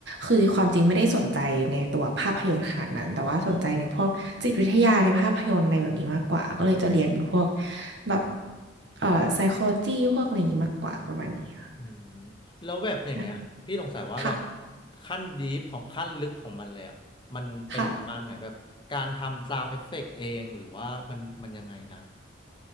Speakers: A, on the right (about 70°); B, on the left (about 25°).
A: คือความจริงไม่ได้สนใจในตัวภาพยนตร์ขนาดนั้นแต่ว่าสนใจในพวกจิตวิทยาในภาพยนตร์อะไรแบบนี้มากกว่าก็เลยจะเรียนเป็นพวกแบบเอ่อ psychology พวกอะไรอย่างนี้มากกว่าประมาณนี้ค่ะ
B: อืมแล้วแบบอย่างเงี้ยพี่สงสัยว่าแบบ
A: ใช่ค่ะ
B: ขั้นดีฟของขั้นลึกของมันเลยอ่ะมันเป็นประมาณไหนแบบการทำ
A: ค่ะ
B: s าว n d เอฟเฟกต์เองหรือว่ามันมันยังไงนะ